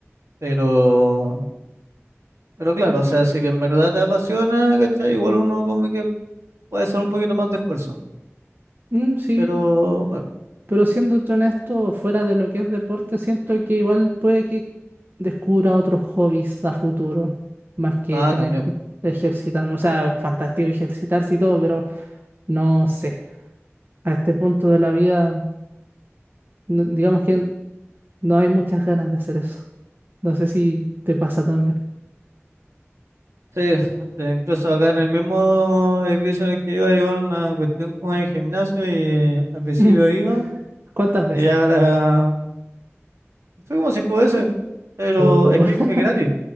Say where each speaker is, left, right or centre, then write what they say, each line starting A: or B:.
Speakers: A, on the right; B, on the right.
A: Pero, pero claro, o sea, si que en verdad te apasiona, ¿cachai? Igual uno como que puede hacer un poquito más de esfuerzo.
B: Mm, sí,
A: Pero, bueno,
B: pero siéndote honesto, fuera de lo que es deporte, siento que igual puede que descubra otros hobbies a futuro, más que
A: nada,
B: tener
A: también.
B: que
A: po.
B: ejercitarme. O sea, fantástico ejercitarse y todo, pero no sé. A este punto de la vida, no- digamos que no hay muchas ganas de hacer eso. No sé si te pasa también.
A: Sí, <laughs> eh, incluso acá en el mismo edificio en el que iba hay una cuestión con el gimnasio y al
B: <laughs>
A: principio iba
B: ¿Cuántas veces?
A: y ahora Fui como cinco veces, pero
B: Pues
A: es que
B: <laughs>
A: es gratis.